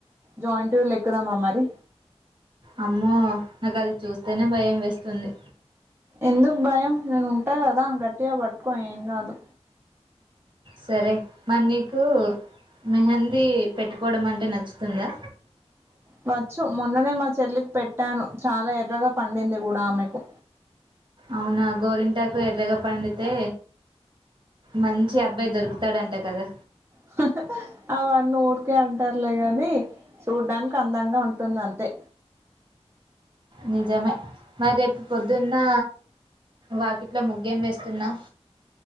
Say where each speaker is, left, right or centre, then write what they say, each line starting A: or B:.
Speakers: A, on the right; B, on the right.
A: జాయింట్ వీల్ ఎక్కుదామా మరి
B: అమ్మో నాకు అది చూస్తేనే భయం వేస్తుంది
A: ఎందుకు భయం నేను ఉంటా కదా గట్టిగా పట్టుకో ఏం కాదు
B: సరే మరి నీకు మెహందీ పెట్టుకోవడం అంటే నచ్చుతుందా
A: బ చు మొన్ననే చెల్లికి పెట్టాను చాలా ఎర్రగా పండింది కూడా ఆమెకు
B: అవునా గోరింటాకు ఎర్రగా పండితే మంచి అబ్బాయి దొరుకుతాడంట కదా
A: హా హా అవన్నీ ఊరికే అంటారులేగాని చూడ్డానికి అందంగా ఉంటుంది అంతే
B: నిజమే మరి రేపు పొద్దున్నా వాకిట్లో ముగ్గేం వేస్తున్నావ్